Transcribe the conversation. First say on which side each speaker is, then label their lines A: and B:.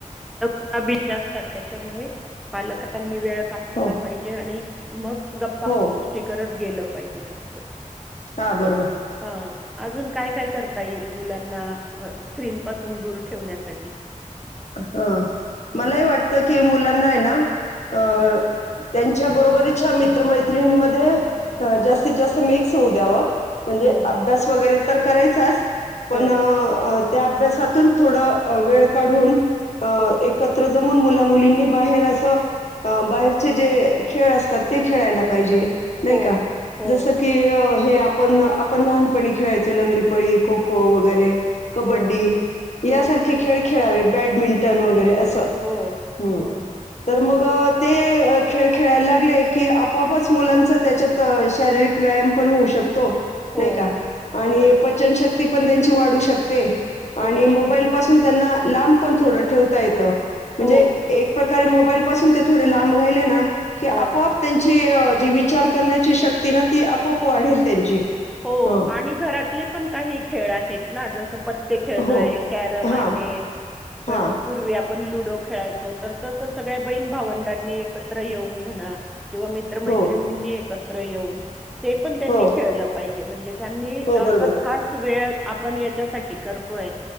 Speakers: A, in the centre; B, on the left (about 55°).
A: <unintelligible> त्याच्यामुळे पालकांनी वेळ काढला
B: हो
A: पाहि जे आणि मग गप्पा
B: हो
A: गोष्टी करत गेलं पाहिजे असतं.
B: हा बरोबर.
A: हा अजून काय काय करता येईल मुलांना अ स्क्रीन पासून दूर ठेवण्यासाठी.
B: हा
A: हं,
B: मलाही वाटतं कि मुलांना आहे ना अ
A: हं.
B: त्यांच्या बरोबरच्या मित्रमैत्रिणीमध्ये अ जास्तीत जास्त मिक्स होऊ द्यावं. म्हणजे
A: हो,
B: अभ्यास वगैरे तर करायचाच पण
A: हो,
B: अ त्या अभ्यासातून थोडं वेळ काढून अ
A: हो,
B: एक कत्र जमून मुला मुलींनी बाहेर असं अ बाहेरचे जे खेळ असतात ते खेळायला पाहिजे नाही
A: हो,
B: का जसं की की अ हे आपण आपण लहानपणी खेळायचो लंगडीपळी खो खो वगैरे कबड्डी
A: हो,
B: यासारखे
A: हो,
B: खेळ खेळावे बॅडमिंटन वगैरे असं
A: हो,
B: हम्म.
A: हो,
B: तर मग ते खेळ खेळायला लागले की आपोआपच मुलांच त्याच्यात शारीरिक व्यायाम पण होऊ शकतो
A: हो,
B: नाही का आणि
A: हो,
B: पचनशक्ती पण त्यांची वाढू शकते आणि
A: हो,
B: मोबाईल
A: हो,
B: पासू तून पण त्यांना लांब पण थोडं ठेवता येतं म्हणजे
A: हो,
B: एक प्रकारे मोबाईल पासून ते थोडे लांब राहिले ना की
A: हो.
B: आपोआप त्यांची जी विचार करण्याची शक्ती ना ती आपोआप वाढेल त्यांची.
A: हो
B: हं.
A: आणि घरातले पण काही खेळ आहेत ना जसं पत त्ते खेळणं
B: हो.
A: आहे, कॅरम
B: हां.
A: आहे
B: हां.
A: अ पूर्वी आपण लुडो खेळायचो तर तसं सगळ्या बहीण भावंडांनी एकत्र येऊन म्हणा किंवा मित्रमैत्रिणींनी
B: हो.
A: एकत्र येऊन ते पण त्यांनी
B: हो.
A: खेळलं पाहिजे म्हणजे त्यांनी
B: हो, बरोबर.
A: असा खास वेळ आपण याच्यासाठी करतोय